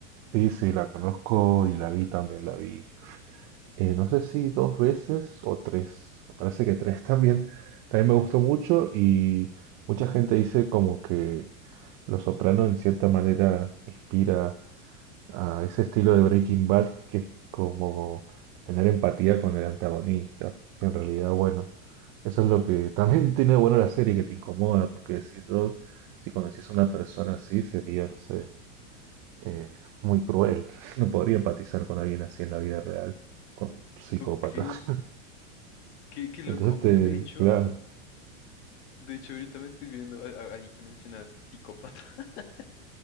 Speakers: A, on the right; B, on the left.
A: Sí, sí, la conozco y la vi también, la vi. eh, no sé si dos veces o tres. Me parece que tres <laughs> también. También me gustó mucho y mucha gente dice como que Los Soprano en cierta manera inspira a ese estilo de Breaking Bad que es como tener empatía con el antagonista, que en realidad, bueno, eso es lo que también <laughs> tiene bueno la serie, que te incomoda, porque si yo, si conociese a una persona así, sería, no sé, eh, muy cruel, <laughs> no podría empatizar con alguien así en la vida real, con un psicópata.
B: Ok.
A: <laughs>
B: Qué, qué loco.
A: Entonces, te,
B: De hecho,
A: claro,
B: de hecho, ahorita me estoy viendo, a- a- ahí que mencionas psicópata, <laughs>